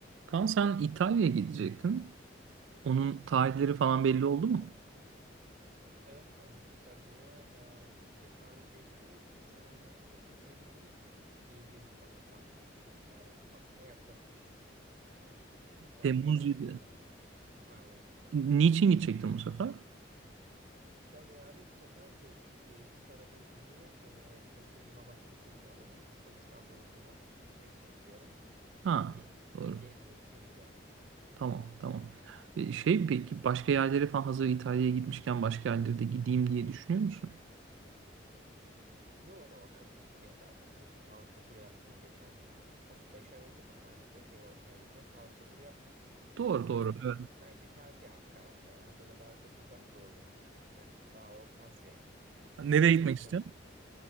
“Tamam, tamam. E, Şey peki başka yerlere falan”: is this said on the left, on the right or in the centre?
Right